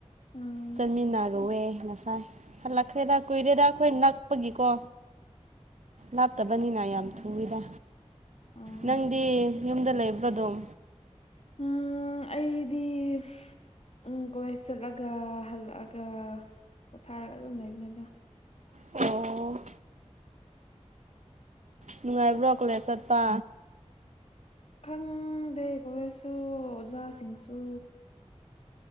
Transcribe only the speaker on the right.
ꯆꯠꯃꯤꯟꯅꯔꯨꯑꯦ ꯉꯁꯥꯏ ꯍꯜꯂꯛꯈ꯭ꯔꯦꯗ ꯀꯨꯏꯔꯦꯗ ꯑꯩꯈꯣꯏ ꯅꯛꯄꯒꯤꯀꯣ ꯍꯥꯞꯇꯕꯅꯤꯅ ꯌꯥꯝ ꯊꯨꯝꯃꯤꯗ
ꯅꯪꯗꯤ ꯌꯨꯝꯗ ꯂꯩꯕ꯭ꯔꯣ ꯑꯗꯨꯝ
ꯑꯣ ꯅꯨꯡꯉꯥꯏꯕ꯭ꯔꯣ ꯀꯣꯂꯦꯖ ꯆꯠꯄ